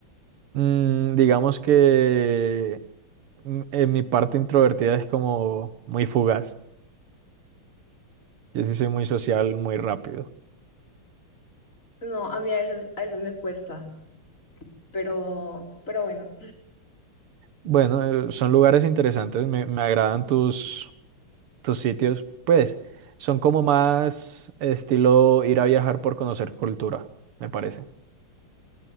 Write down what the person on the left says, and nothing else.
No, a mí a veces, a veces me cuesta, pero, pero bueno.